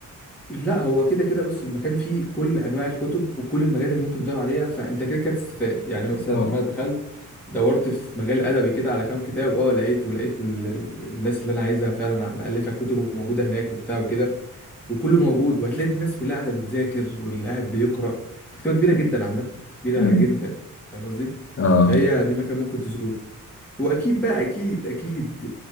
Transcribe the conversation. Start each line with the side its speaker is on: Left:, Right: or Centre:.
Centre: لا هو كده كده بص المكان فيه كل انواع الكتب وكل المجالات اللي ممكن تدور عليها فانت كده كده تستفاد يعني مثلا
Left: اه
Centre: لما انا دخلت دورت في مجال ادبي كده على كام كتاب اه لقيت ولقيت ال- ال- الناس اللي انا عايزها فعلا مؤلفه كتب وموجوده هناك وبتاع وكده وكله موجود وهتلاقي الناس كلها قاعده بتذاكر واللي قاعد بيقرا مكتبه
Left: <laughs>
Centre: كبيره جدا عامه كبيره
Left: مم.
Centre: جدا فاهم قصدي
Left: اه
Centre: فهي دي مكان ممكن تزوره واكيد بقى اكيد اكيد